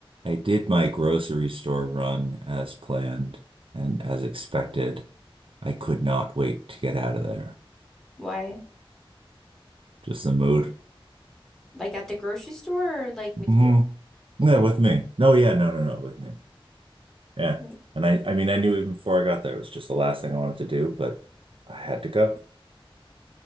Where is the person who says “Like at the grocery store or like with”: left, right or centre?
Centre